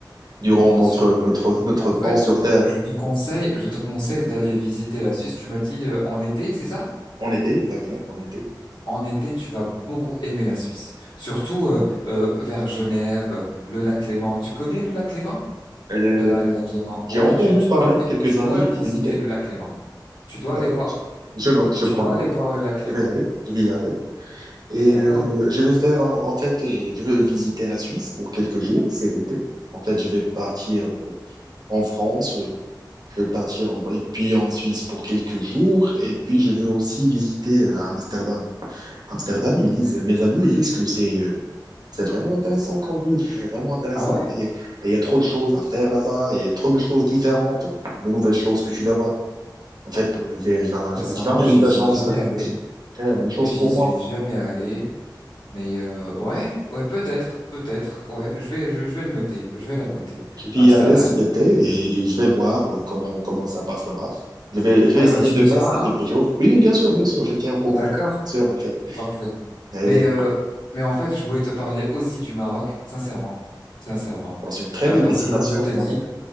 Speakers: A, on the right (about 60°); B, on the left (about 80°).
A: durant
B: mais bien
A: notre,
B: sûr.
A: notre, notre
B: En
A: temps
B: fait,
A: sur Terre.
B: je te conseille, je te conseille d'aller visiter la Suisse. Tu m'as dit euh, en été, c'est ça?
A: En été, exactement, en été.
B: En été, tu vas beaucoup aimer la Suisse, surtout euh, euh, vers Genève, le lac Léman. Tu connais le lac Léman?
A: Euh,
B: Ouh là là, le lac Léman.
A: j'ai
B: Ouais,
A: entendu
B: tu, tu
A: parler,
B: dois vi-
A: quelques
B: tu dois
A: amis
B: visiter
A: l'ont invité.
B: le lac Léman. Tu dois
A: D'accord.
B: aller voir,
A: Je note, je
B: tu
A: prends
B: dois
A: note.
B: aller voir le lac Léman.
A: Je vais y aller, je vais y aller. Et
B: D'accord.
A: euh, je vais faire, en, en fait, euh, je vais visiter la Suisse pour quelques jours cet été. En fait, je vais partir en France, euh, je vais partir en, et puis en Suisse pour quelques jours. Et puis, je veux aussi visiter euh, Amsterdam. Amsterdam, ils disent, mes amis, ils disent que c'est euh, c'est vraiment intéressant comme ville, c'est vraiment intéressant
B: Ah ouais?
A: et et il y a trop de choses à faire là-bas et trop de choses différentes, de nouvelles choses que tu vas voir. En fait, euh, j'ai- j'a-
B: Sincèrement,
A: j'avais jamais
B: j'y
A: eu la
B: suis
A: chance
B: jamais
A: de
B: allé.
A: faire la même chose
B: J'y
A: pour
B: suis
A: moi.
B: jamais allé. Mais euh, ouais, ouais, peut-être, peut-être. Ouais,
A: Ouais.
B: je vais, je, je vais le noter. Je vais la noter.
A: Je vais
B: Amsterdam.
A: y aller cet été et et je vais voir euh, comment, comment ça passe là-bas. Je vais, je vais
B: Ouais,
A: essayer
B: bah tu
A: de
B: me
A: passer
B: diras,
A: quelques
B: hein.
A: jours. Oui, oui, bien sûr, bien sûr, je tiens au courant.
B: D'accord.
A: Bien sûr, en fait.
B: C'est parfait.
A: Et,
B: Mais, euh, mais en fait, je voulais te parler aussi du Maroc, sincèrement, sincèrement,
A: alors, c'est une très
B: Euh,
A: belle
B: parce
A: destination,
B: que comme je t'ai
A: le
B: dit,
A: Maroc.